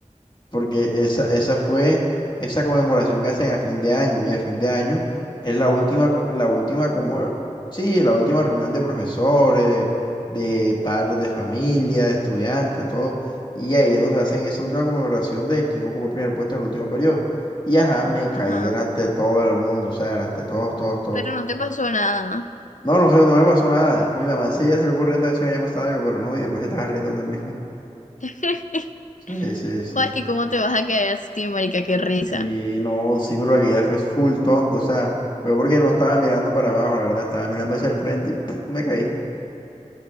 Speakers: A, on the left (about 35°); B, on the left (about 75°).
A: porque esa, esa fue esa conmemoración que hacen a fin de año, y a fin de año es la última, co- la última como, sí, la última reunión de profesores, de, de padres de familia, de estudiantes, todo, y ahí es donde hacen esa última conmemoración de quién ocupó el primer puesto en el último periodo. Y ajá, me caí
B: Ajá.
A: delante de todo el mundo, o sea, delante de todos, todos, todos.
B: Pero no te pasó nada.
A: No, no sé, no me pasó nada. Mi mamá enseguida se le ocurriendo decir que me había pasado algo, pero no, y después se estaba riendo también. <laughs>
B: <laughs>
A: Sí, sí, sí.
B: Joaquín, ¿cómo te vas a caer así, marica? Qué risa.
A: Sí, no, sí, pero la caída fue full tonto, o sea, fue porque no estaba mirando para abajo, la verdad, estaba mirando hacia el frente y <smacks lips> me caí,